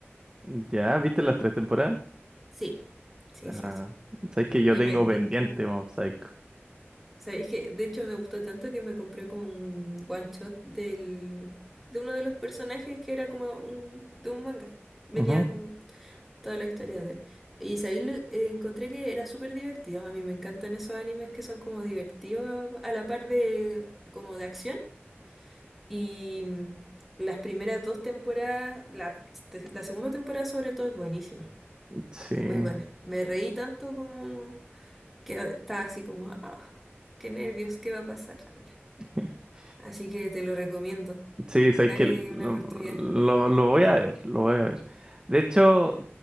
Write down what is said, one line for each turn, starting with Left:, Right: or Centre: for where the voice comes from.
Right: Ya, ¿viste las tres temporadas?
Centre: Sí, sí,
Right: Ajá.
Centre: sí, sí.
Right: Sabes que yo
Centre: Y
Right: tengo
Centre: me, de
Right: pendiente
Centre: hecho,
Right: Mob Psycho.
Centre: Sabéis que de hecho me gustó tanto que me compré como un one shot del, de uno de los personajes que era como un, de un manga. Venía
Right: Ujú.
Centre: como toda la historia de él. Y sabéis, lo- eh, encontré que era súper divertido. A mí me encantan esos animes que son como divertidos a, a la par de como de acción. Y mm, las primeras dos temporadas, la, la segunda temporada sobre todo es buenísima,
Right: Sí.
Centre: muy buena. Me reí tanto como que estaba así como, ah, qué nervios, ¿qué va a pasar ahora?
Right: <laughs>
Centre: Así que te lo recomiendo.
Right: Sí, sabes
Centre: Dale
Right: que lo,
Centre: una oportunidad.
Right: lo- lo voy a ver, lo voy a ver. De hecho,